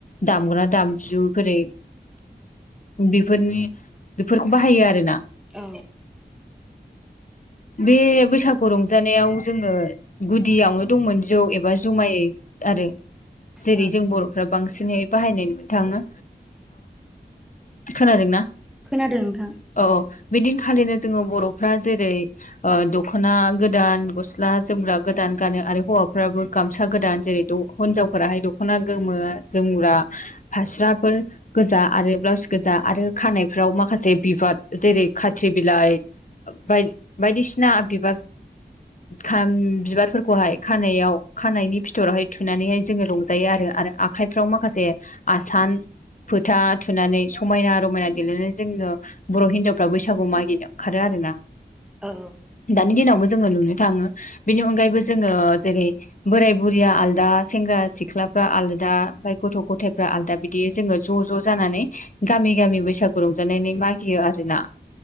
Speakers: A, on the left; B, in the centre.
A: दामग्रा दामजु जेरै बेफोरनि बे बाहायो आरोना
B: औ
A: बे बैसागु रंजानायाव जोंङो गुदियावनो दंमोन जौ एबा जुमाय आरो जेरै
B: औ
A: जों बर'फ्रा बांसिननै बाहायनायनो थांङो खोनादोंना
B: खोनादों नोंथां
A: औ औ बिदिनो खालिनो जोङो बर'फ्रा जेरै दख'ना गोदान गस्ला जोमग्रा गोदान गानो आरो हौवाफ्राबो गामसा गोदान जेरै हिनजावफोराहाय दख'ना गोमो जोमग्रा फास्राफोर गोजा आरो ब्लाउस गोजा आरो खानायफ्राव माखासे बिबार जेरै खाथ्रि बिलाइ ब बायदिसिना बिबार खाम बिबारफोरखौहाय खानायाव खानायनि फिथरावहाय थुनानैहाय जोङो रंजायो आरो आखाइफ्राव माखासे आसान फोथा थुनानै समायना रमायना देलायनानै जोङो बर' हिनजावफ्रा बैसागु मागिनो ओंखारो आरोना
B: औ
A: दानि दिनावबो जोङो नुनो थाङो बेनि अनगायैबो जोङो जेरै बोराय बुरिया आलदा सेंग्रा सिख्ला आलादा ओमफ्राय गथ' गथायफ्रा आलदा बिदि जोङो ज' ज' जानानै गामि गामि बैसागु रंजानानै नागिरो आरो ना